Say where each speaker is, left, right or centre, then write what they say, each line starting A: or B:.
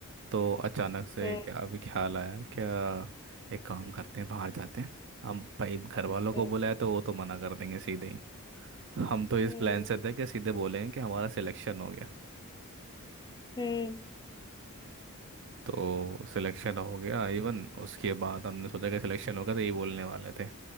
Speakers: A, on the right (about 55°); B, on the left (about 20°).
A: तो अचानक से
B: हम्म
A: क्या अभी ख्याल आया क्या एक काम करते हैं बाहर जाते हैं हम भाई घर वालों
B: हम्म
A: को बुलाया तो वो तो मना कर देंगे सीधे ही हम तो इस
B: हम्म
A: प्लान से थे कि सीधे बोलेंगे कि हमारा सिलेक्शन हो गया
B: हम्म
A: तो सिलेक्शन हो गया इवन उसके बाद हमने सोचा कि सिलेक्शन होगा तो ये बोलने वाले थे